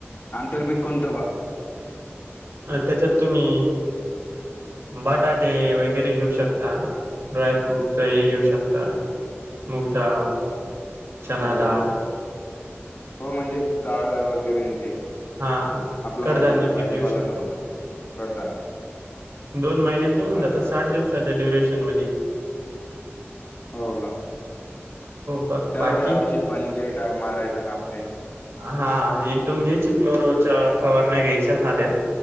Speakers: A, on the left; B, on the right.
A: आंतर्मिक कोंतवा
B: अ त्याच्यात तुम्ही बटाटे वग वगैरे घेऊ शकता ड्राय फ्रूट हे घेऊ शकता मुगदााळ चनादााळ
A: हो हो हो हो म्हणजे डाळ वगैरे ते
B: हां.
A: आपला
B: कडधान्य
A: भाजी
B: पीक
A: भाजपाला
B: घेऊ शकतो.
A: समजा कडधान्य
B: दोन महिन्यात निेऊन जातात
A: असं असं
B: साठ दिवसाच्या ड्युरेशन मध्ये
A: हो का
B: ब
A: चला
B: बाकी
A: काही औषित पाणी काही मारायचं काम काही
B: हा एक दोन घ्यायची फ्लोरोच्या फवारण्या घ्यायच्या साध्या